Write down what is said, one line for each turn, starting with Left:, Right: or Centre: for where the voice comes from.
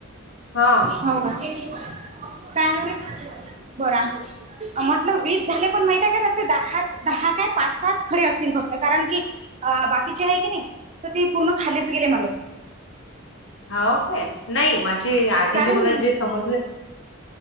Left: हा
Right: हो ग बरा म्हटलं वीस झाले पण माहिती आहे. का, त्यातले दहा काय पाच सहाच खरे असतील बग कारण की, अ बाकीचे आहे की नाही तर ते पूर्ण खालीच गेले मले
Left: हो, काय नाही माझे आधी
Right: कारण
Left: जे मला जे समजलं